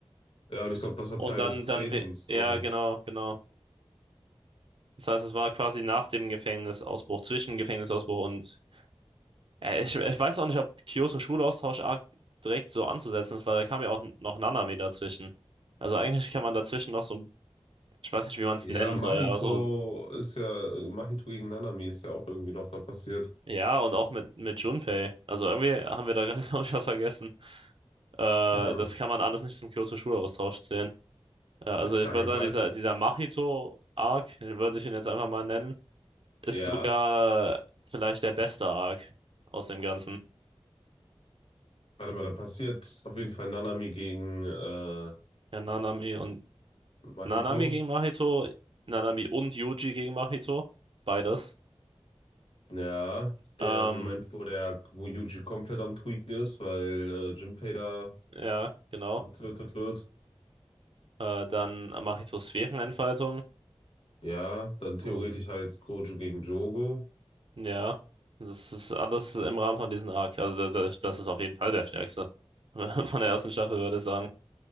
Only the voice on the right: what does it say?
Und
dann,
dann, we-
ja, genau, genau. Das heißt, es war quasi nach dem Gefängnisausbruch, zwischen Gefängnisausbruch und. Äh, ich, ich weiß auch nicht, ob Kyoto-Schulaustausch arg direkt so anzusetzen ist, weil da kam ja auch n- noch Nanami dazwischen. Also eigentlich kann man dazwischen noch so, ein- ich weiß nicht, wie man es
nennen
soll, aber so,
ja, und auch mit, mit Junpei. Also irgendwie haben wir da gerade, <laughs> glaube ich, was vergessen. Äh,
das kann man alles nicht zum Kyoto-Schulaustausch zählen. Äh, also
ich
würde
sagen,
dieser, dieser Mahito-Arc, würde ich ihn jetzt einfach mal nennen, ist
sogar vielleicht der beste Arc aus dem Ganzen.
Ja, Nanami und
Nanami gegen Mahito, Nanami und Yuji gegen Mahito, beides.
Ähm,
ja, genau.
Äh, dann Mahitos Sphärenentfaltung.
So,
ja, das ist alles im Rahmen von diesem Arc. Also da- da- das ist auf jeden Fall der stärkste <laughs> von der ersten Staffel, würde ich sagen,